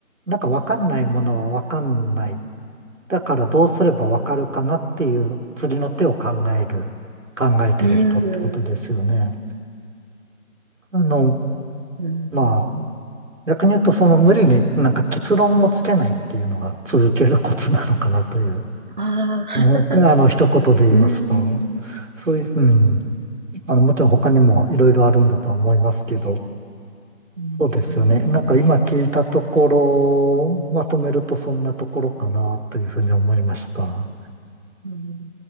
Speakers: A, on the right (about 65°); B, on the right (about 35°).
A: なんかわかんないものはわかんない。だからどうすればわかるかなっていう次の手を考える、考えてる人ってことですよね。
B: うーん。
A: あの、
B: うん。うん。
A: まあ、
B: ん
A: 逆に言うとその無理になんか結論をつけないっていうのが続けるコツなのかなという、
B: あー
A: あの、あの一言で言いますと、
B: <laughs> うーん。
A: そういう、うん、あの、もちろん他にもいろいろあるんだとは思いますけど、
B: うん
A: そうですよね。なんか今聞いたところ、まとめるとそんなところかなというふうに思いました。
B: うんうん